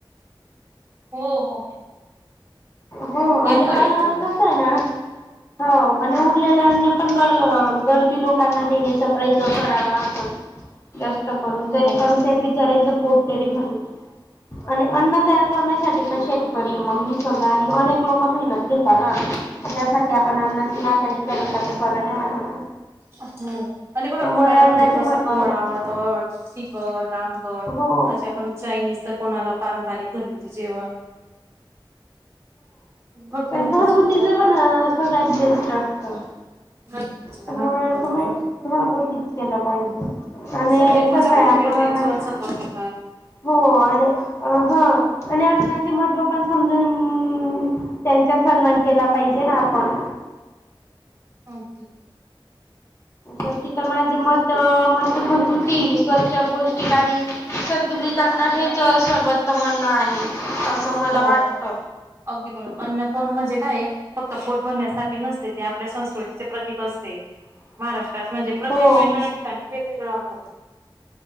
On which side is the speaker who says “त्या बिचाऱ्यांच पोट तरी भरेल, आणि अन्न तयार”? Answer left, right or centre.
Left